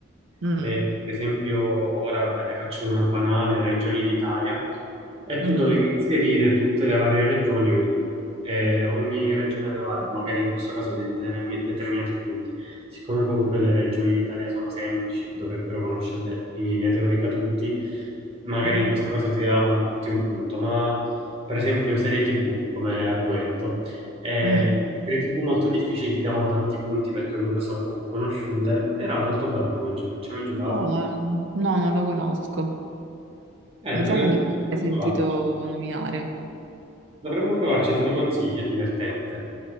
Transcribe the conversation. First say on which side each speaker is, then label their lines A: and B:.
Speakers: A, on the right; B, on the right.
A: Mm.
B: Eh, per esempio, ora va bene, facciamo una banale, regioni d'Italia, e
A: Mhm.
B: tu dovevi inserire tutte le varie regioni, e ogni regione aveva magari in questo caso dei determi- determinati punti. Siccome comunque le regioni d'Italia sono semplici, dovrebbero conoscerle in linea teorica tutti, magari
A: Sì.
B: in questo caso ti davano tutti un punto, ma per esempio serie TV come argomento. E
A: Mm.
B: serie TV molto difficili, ti davano tanti punti perché comunque sono poco conosciute. Era molto bello come gioco, ci hai mai giocato?
A: No, ma no, non lo conosco.
B: Eh,
A: Mi
B: dovremmo
A: sa che non l'ho
B: dovremmo
A: mai sentito
B: provarci.
A: nominare.
B: Dovremmo provarci, te lo consiglio, è divertente.